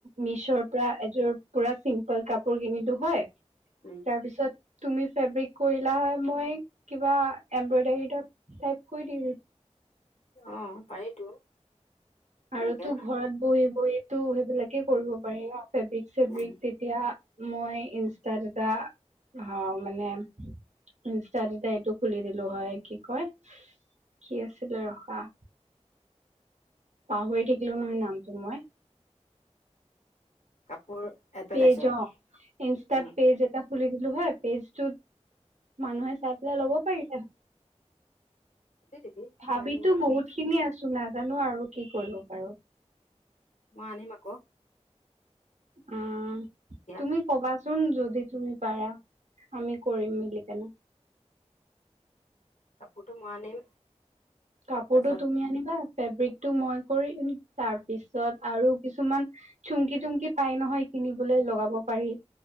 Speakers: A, on the right; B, on the left.
A: মিছৰ পৰা এযোৰ পুৰা চিম্পল কাপোৰ কিনিলোঁ হয়,
B: উম
A: তাৰপিছত তুমি ফেব্ৰিক কৰিলা হয়, মই কিবা এম্বইডাৰী এটা টাইপ কৰি দি
B: অ', পাৰিতো। তেনেকে
A: আৰুতো ঘৰত বহি, বহিতো সেইবিলাকে কৰিব পাৰি ন? ফেব্ৰিক, চেব্ৰিক
B: উম
A: তেতিয়া মই ইনষ্টাত এটা হা মানে ইনষ্টাত এটা এইটো খুলি দিলোঁ হয়, কি কয় কি আছিলে ৰখা পাহৰি থাকিলো নহয় নামটো মই
B: কাপোৰ এডভাৰটাইজত
A: পেইজ অ', ইনষ্টাত
B: অ
A: পেইজ এটা খুলি দি হয়, পেজটোত মানুহে চাই পেলাই ল'ব পাৰিলে হয়।
B: দি দিবি
A: ভাবিতো
B: মই আনিম কাপোৰ
A: বহুতখিনি আছোঁ, নাজানোঁ আৰু কি কৰিব পাৰোঁ।
B: মই আনিম আকৌ।
A: উম,
B: এতিয়া
A: তুমি ক'বাচোন যদি তুমি পাৰা। আমি কৰিম মিলি কেনে
B: কাপোৰটো মই আনিম।
A: কাপোৰটো
B: তাৰপাছত
A: তুমি আনিবা ফেব্ৰিকটো মই কৰিম তাৰপিছত আৰু কিছুমান চুমকি তুমকি পাই নহয় কিনিবলৈ লগাব পাৰি